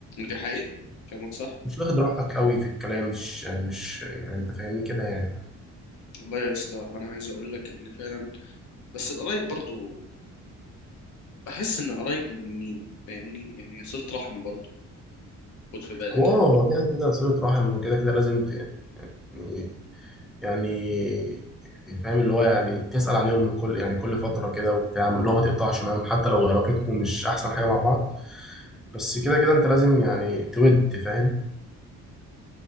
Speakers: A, on the left; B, in the centre.
A: دي حقيقة كلامك صح
B: مش واخد راحتك قوي في الكلام مش مش يعني انت فاهمني كده يعني
A: والله يا اسطى انا عايز اقول لك ان فعلا بس القرايب برضو بحس ان القرايب مهمين فاهمني يعني صلة رحم برضو خد في بالك
B: هو
A: يعني
B: اه هو كده كده صلة رحم وكده كده لازم ت- يعني يعني يعني فاهم اللي هو يعني تسأل عليهم من كل يعني كل فترة كده وبتاع اللي هو ما تقطعش معاهم حتى لو علاقتكم مش أحسن حاجة مع بعض بس كده كده أنت لازم يعني تود فاهم